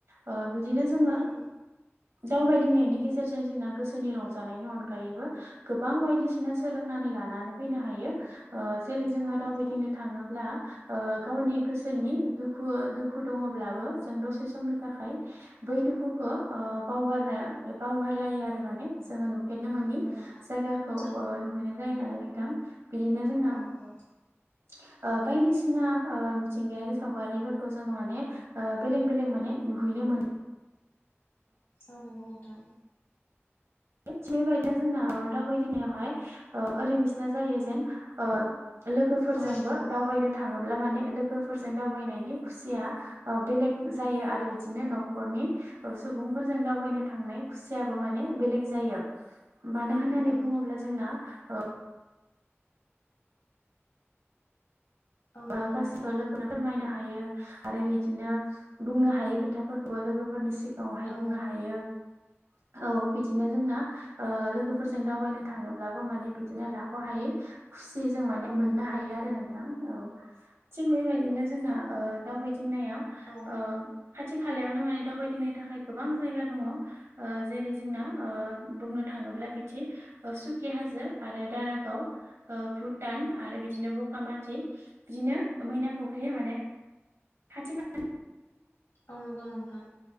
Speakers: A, on the right (about 75°); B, on the left (about 70°).
A: ओ बिदिनो
B: नंगौ
A: जोङो
B: नोंथां
A: दावबायदिंनायनि गेजेरजों जोंना गोसोनि रंजानायनि अनगायैबो गोबां बायदिसिना सोलोंना लानानै फैनो हायो जेरै जोङो
B: औ
A: दावबायदिंनो
B: नंगौ
A: थाङोब्ला ओ गावनि गोसोनि दुखु दुखु दङब्लाबो जों दसे समनि थाखाय बै दुखुखौ ओ बावगारनो बावगारलायो आरो माने जोङो नुफेरनो मोननि
B: औ नंगौ नोंथां
A: जायगाखौ
B: औ
A: ओ नुहैनाय जायो नालाय नोंथां। बिदिनो जोंना
B: औ नंगौ
A: <inaudible> ओ बायदिसिना ओ मिथिंगायारि सावगारिफोरखौ जोङो माने ओ बेलेग बेलेग माने नुहै मोन
B: औ नंगौ नोंथां।
A: थिग बेबायदिनो जोंना दावबायदिंनायावहाय ओरै बिसना जायो जेन ओ लोगोफोरजोंबो
B: औ नंगौ
A: दावबायनो थाङोब्ला माने लोगोफोरजों दावबायनायनि खुसिया बेलेग जायो आरो बिदिनो न'खरनि स सुबुंफोरजों दावबायनो थांनाय खुसियाबो माने बेलेग जायो मानो
B: औ
A: होननानै
B: नंगौ नोंथां
A: बुङोब्ला जोंना‌ ओ
B: औ नंगौ
A: ओ गासिखौबो
B: नोंथां
A: लोगोनो फोरमायनो हा हायो आरो बिदिनो बुंनो हायो खोथा फोरखौबो लोगोफोरनि सि गांआवहाय
B: औ
A: बुंनो हायो। औ बिदिनो जोंना ओ लोगोफोरजों दावबायनो थाङोब्लाबो माने बिदिनो लाख'हायै खुसि जों माने
B: औ
A: मोननो
B: नंगौ
A: हायो आरो नोंथां औ। थिग बेबायदिनो जोंना दाबाय दिं थिंनायाव
B: औ
A: ओ खाथि खालायावनो माने दावबायदिंनो थाखाय गोबां जायगा दङ ओ जेरै जोंना ओ बुंनो थाङोब्ला बिथि सुखि हाजो आरो दारागाव ओ भुटान आरो बिदिनो बगा माथि बिदिनो मैना फुख्रि माने खाथि खा
B: औ नंगौ नोंथां।